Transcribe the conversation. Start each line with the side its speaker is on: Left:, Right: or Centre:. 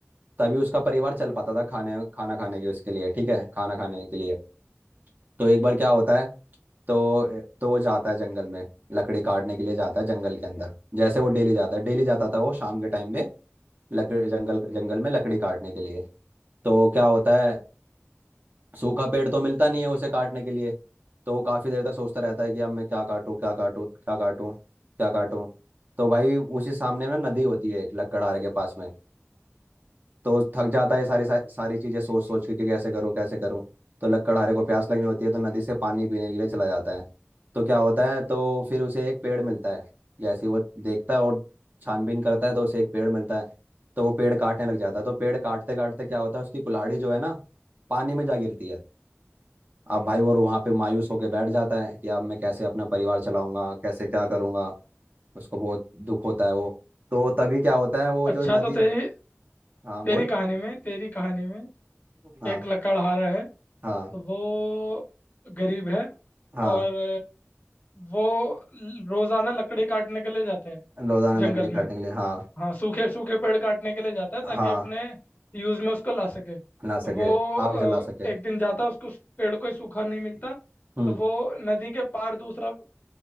Right: तभी उसका परिवार चल पाता था खाने खाना खाने के उसके लिए ठीक है खाना खाने के लिए तो एक बार क्या होता है तो तो वो जाता है जंगल में लकड़ी काटने के लिए जाता है जंगल के अंदर जैसे वो डेली जाता है डेली जाता था वो शाम के टाइम में लकड़ी जंगल जंगल में लकड़ी काटने के लिए तो क्या होता है सूखा पेड़ तो मिलता नहीं है उसे काटने के लिए तो वो काफ़ी देर तक सोचता रहता है कि अब मैं क्या काटूं क्या काटूं क्या काटूं क्या काटूं तो भाई उसी सामने में नदी होती है एक लकड़हारे के पास में तो थक जाता है ये सारी सारी सारी चीजें सोच सोच के कि कैसे करूँ कैसे करूँ तो लकड़हारे को प्यास लगनी होती है तो नदी से पानी पीने के लिए चला जाता है तो क्या होता है तो फिर उसे एक पेड़ मिलता है जैसे ही वो देखता है और छानबीन करता है तो उसे एक पेड़ मिलता है तो वो पेड़ काटने लग जाता है तो पेड़ काटते काटते क्या होता है उसकी कुल्हाड़ी जो है ना पानी में जा गिरती है अब भाई वो वहाँ पे मायूस होकर बैठ जाता है कि अब मैं कैसे अपना परिवार चलाऊंगा कैसे क्या करूंगा उसको बहुत दुख होता है वो तो तभी क्या होता है वो जो
Left: अच्छा
Right: नदी
Left: तो तेरी
Right: हाँ
Left: तेरी
Right: बोल
Left: कहानी में तेरी कहानी में
Right: हम्म। हाँ
Left: एक लकड़हारा है
Right: हाँ
Left: तो वो गरीब है
Right: हाँ
Left: और वो रोजाना लकड़ी काटने के लिए जाता है
Right: रोजाना
Left: जंगल
Right: लकड़ी
Left: में
Right: काटने के लिए हाँ
Left: हाँ सूखे सूखे पेड़ काटने के लिए जाता है ताकि
Right: हाँ
Left: अपने यूज में उसको ला सके तो
Right: ला सके
Left: वो अ,
Right: आग जला सके
Left: एक दिन जाता उसको उस पेड़ कोई सूखा नहीं मिलता
Right: हम्म
Left: तो वो नदी के पार दूसरा अ,